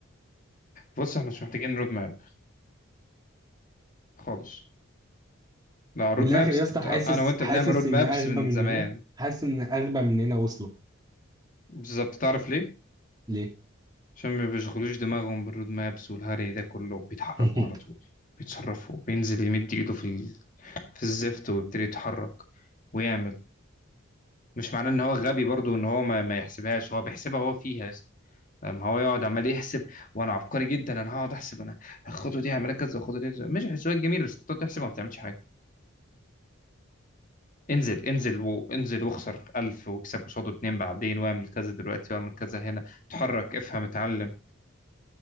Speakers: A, on the left (about 40°); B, on the right (about 20°).
A: بص إحنا مش محتاجين رود ماب خالص لا رود
B: من الاخر
A: مابس
B: يا اسطى حاسس
A: أنا وأنت
B: حاسس
A: بنعمل رود مابس
B: ان اغبى
A: من
B: مننا
A: زمان
B: حاسس ان اغبى مننا وصلوا
A: بالظبط تعرف ليه؟
B: ليه
A: عشان ما بيشغلوش دماغهم بالرود مابس والهري ده كله بيتحركوا
B: <laughs>
A: على طول بيتصرفوا بينزل يمد ايده في ال... في الزفت ويبتدي يتحرك ويعمل مش معناه ان هو غبي برضو ان هو ما, ما يحسبهاش هو بيحسبها هو فيها يا اسطى. لما هو يقعد عمال يحسب وانا عبقري جدا انا هقعد احسب انا الخطوه دي هعملها كذا الخطوه دي كذا. ماشي الحسابات جميله بس تقعد تحسبها ما بتعملش حاجه انزل انزل وانزل واخسر 1000 واكسب قصاده اتنين بعدين واعمل كذا دلوقتي واعمل كذا هنا اتحرك افهم اتعلم